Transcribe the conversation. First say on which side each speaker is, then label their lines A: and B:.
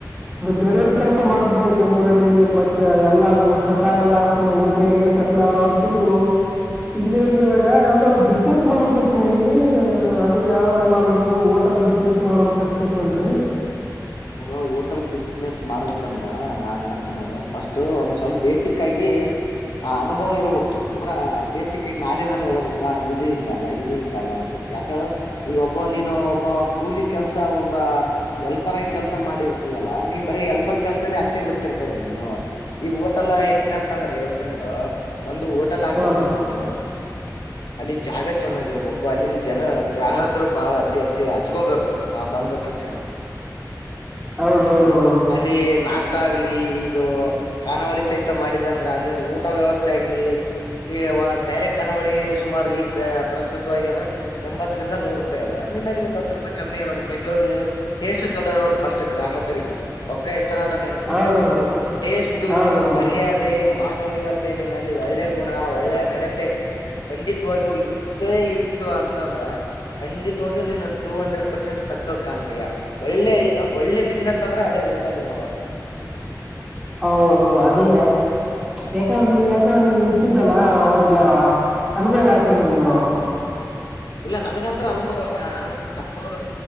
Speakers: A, in the centre; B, on the left.
A: ಅದು ಡೆಲಿವರಿ ಕೆಲಸ ಮಾಡ್ದೆ ಬೆಂಗಗಳೂರಲ್ಲಿ ಮತ್ತೆ ಅದೆಲ್ಲಾ ನಮ್ಗ್ ಸಟ ಆಗಲ್ಲ ಸಮ ಊರ್ ಕಡೆಗೆ ಸೆಟ್ಲ್ ಆಗಂತಂದು ಇಲ್ಲಿ ನೀವ ಯಾವ್ದ್ ಬಿಸ್ನೆಸ್ ಮಾಡ್ಬೇಕ ಅನ್ ಮಣಿ ಅದೇ ಯಾವ್ದ್ ಮಾಡ್ಬೇಕು ಹೋಟೆಲ್ ಬಿಸ್ನೆಸ್ ಮಾಡ್ಬೇಕ ಮತ್ತುತ್ತು ಕೊನ್ನ
B: ನೋಡ ಹೋಟೆಲ್ ಬಿಸ್ನೆಸ್ ಮಾಡ್ಬೇಕಂದ್ರ ನಾನ್ ಹೇಳ್ತೇನ ನೋಡ ಫಸ್ಟ್ ಒಂದ್ ಸ್ವಲ್ಪ ಬೇಸಿಕ್ ಆಗಿ ಹ ಅನುಭವ್ ಇರಬೇಕು ಅಂದ್ರ ಬೇಸಿಕ್ ಆಗಿ ನಾಲೆಜ್ ಅನ್ನ ಇರಬೇಕಾ ಇದು ಹಿಂಗದ ಇದು ಹಿಂಗಾದ ಅಂತ ಯಾಕ ಹೇಳ ಈಗ ಒಬ್ಬ ನೀನು ಒಬ್ಬ ಕೂಲಿ ಕೆಲ್ಸ ಒಬ್ಬ ಎಲ್ ಪರಾಗಿ ಕೆಲ್ಸ ಮಾಡಿರ್ತಿದಲ್ಲಾ ನೀ ಬರೀ ಎಲ್ಪರ್ ಕೆಲ್ಸಾನೇ ಅಷ್ಟೇ ಗೊತ್ತಿರ್ತದೆ ನೀನು ಈಗ ಹೋಟಲ್ ಹಂಗಂತಂದ್ರ ಹೇಳ್ತೆ ನೋಡ ಒಂದು ಹೋಟೆಲ್ ಹಾಕ್ಬೇಕಂದ್ರನು
A: ಹಾ
B: ಅಲ್ಲಿ ಜಾಗ ಚೆನ್ನಾಗಿರ್ಬೇಕು ಅಲ್ಲಿನ ಜನ ಗ್ರಾಹಕರು ಬಾಳ ಅತಿ ಹಚ್ಚಿ ಹಚ್ಕೋಬೇಕು ನಾ ಬಂದ ತಕ್ಷಣ
A: ಹೌದೌದೌದು
B: ಹ ಅಲ್ಲಿ ನಾಸ್ ಊಟ ಆಗ್ಲಿ ಇದು ಕಾನಾವಳಿ ಸಹಿತ ಮಾಡಿದ ಅಂದ್ರ ಅಲ್ಲಿನ ಊಟ ವ್ಯವಸ್ಥೆ ಆಗ್ಲಿ ಈ ಬೇರೆ ಕನಾವಳಿಗೆ ಸುಮಾರು ಈಗ ಪ್ರಸ್ತುತವಾಗಿ ಅಂದ್ರೆ ಎಂಬತ್ತರಿಂದ ನೂರು ರೂಪಾಯಿ ಅದ ನಿನ್ನಲ್ಲಿ ಒಂದ ಹತ್ತು ರೂಪಾಯಿ ಕಮ್ಮಿ ಇರಬೇಕ ಯಕೇಳೋ ಟೇಸ್ಟ್ ಚಲೋ ಇರಕ್ ಫಸ್ಟ್ ಗ್ರಾಕರಿಗೆ ರೊಕ್ಕ ಎಷ್ಟು ನಡೀತದ
A: ಹೌದೌದು
B: ಟೇಸ್ು
A: ಹೌದೌದು
B: ಮರ್ಯಾದೆ ಮಾನವೀಯತನಿನಲ್ಲಿ ಒಳ್ಳೆ ಗುಣ ಒಳ್ಳೆ ನಡತೆ ಖಂಡತ್ವಾಗೂ ಇತ್ತುೇ ಇತ್ತು ಅಂತಂದ್ರೆ ಖಂಡತ್ವಾಗ ನೀನು ಟೂ ಹಂಡ್ರೆಡ್ ಪರ್ಸೆಂಟ್ ಸಕ್ಸಸ್ ಕಾಣ್ತೀಯಾ ಒಳ್ಳೆ ಒಳ್ಳೆ ಬಿಸ್ಿನೆಸ್ ಅಂದ್ರೆ ಅದೇ ೋಟಲ್ದ ನೋಡು
A: ಹೌದು ಅದೇ ಯಾಕಂದ್ರೆ ನೀ ಯಾಕಂದ್ರೆ ನೀ ಇಟ್ಟಿದ್ದಲ್ಲಾ ಹೋಗ್ಲ ಅನುಭವ ಆಯ್ತ ನಗಾಾವ
B: ಇಲ್ಲ ನನ್ಗಂತತ್ರ ಅನುಭವ ಅದ ಅನು ಅನುಭವದ